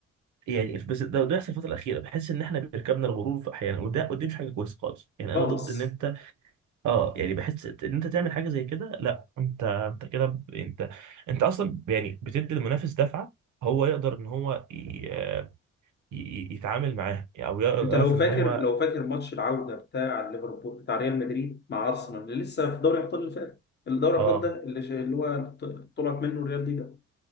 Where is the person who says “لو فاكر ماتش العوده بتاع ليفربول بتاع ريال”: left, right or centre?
Left